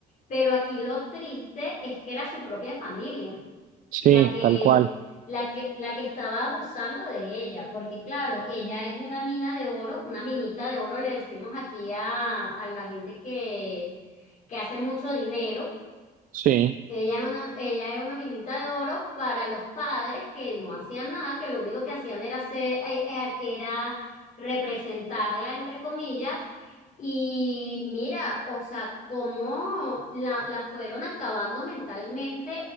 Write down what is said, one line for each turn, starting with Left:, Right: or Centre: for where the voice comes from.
Left: Pero aquí lo triste es que era su propia familia
Right: Sí,
Left: la que,
Right: tal cual.
Left: la que, la que estaba abusando de ella, porque claro, ella es una mina de oro, una minita de oro, le decimos aquí a, a la gente que, que hace mucho dinero
Right: Sí.
Left: ella era una, ella era una minita de oro para los padres que no hacían nada, que lo único que hacían era hacer- eh, eh, era representarla, entre comillas. Y mira, o sea, cómo la, la fueron acabando mentalmente